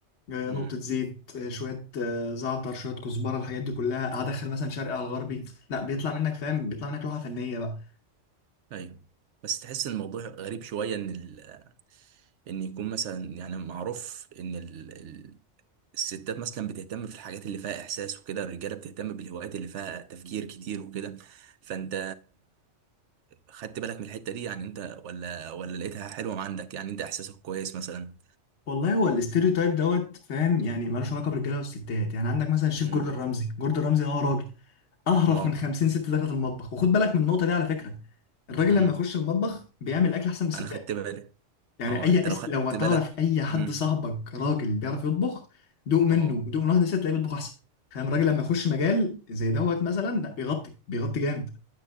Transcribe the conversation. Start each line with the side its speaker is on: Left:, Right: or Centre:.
Left: أه،
Right: مم.
Left: نقطة زيت أه، شوية أه، زعتر شوية كزبرة الحاجات دي كلها هدخل مثلا شرقي على الغربي لا بيطلع منك فاهم بيطلع منك لوحة فنية بقى
Right: ايوه بس تحس ان الموضوع غريب شويه ان ال... ان يكون مثلا يعني معروف ان ال... ال... الستات مثلا بتهتم في الحاجات اللي فيها احساس وكده الرجاله بتهتم بالهوايات اللي فيها تفكير كتير وكده فانت خدت بالك من الحته دي يعني انت ولا ولا لقيتها حلوه عندك يعني انت احساسك كويس مثلا
Left: والله هو الاستيريوتايب دوت فاهم يعني ملوش علاقة بالرجالة والستات يعني عندك مثلا الشيف
Right: امم
Left: جوردن رمزي جوردن رمزي اه راجل اهرف
Right: اه
Left: من 50 ست دخلت المطبخ وخد بالك من النقطة دي على فكرة الراجل
Right: امم
Left: لما يخش المطبخ بيعمل اكل احسن من الستات
Right: انا خدت بالي
Left: يعني
Right: اه
Left: اي
Right: انت لو
Left: اس...
Right: خدت
Left: لو تعرف
Right: بالك
Left: اي حد
Right: امم
Left: صاحبك راجل بيعرف يطبخ دوق منه
Right: اه
Left: دوق من واحده ست تلاقيه بيطبخ احسن فاهم الراجل لما يخش مجال زي دوت مثلا لا بيغطي بيغطي جامد